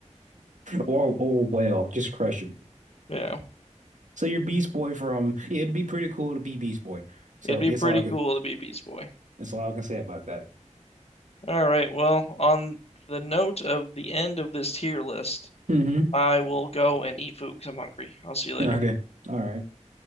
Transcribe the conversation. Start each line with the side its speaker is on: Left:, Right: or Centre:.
Right: or or well, just crush it.
Left: Yeah,
Right: So you're Beast Boy from yeah, it'd be pretty cool to be Beast Boy. So
Left: it'd be
Right: it's
Left: pretty
Right: all it's
Left: cool to be Beast Boy.
Right: all I can say about that.
Left: All right, well, on the note of the end of this tier list,
Right: Mm-hmm.
Left: I will go and eat food because 'cause I'm hungry. I'll see you later.
Right: Okay. All right.